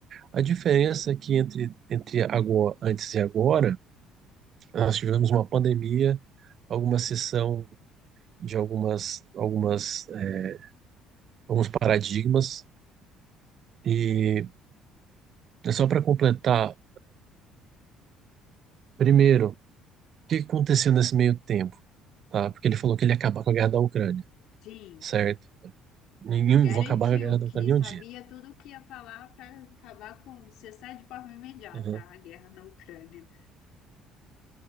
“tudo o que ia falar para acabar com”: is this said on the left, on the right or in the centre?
Left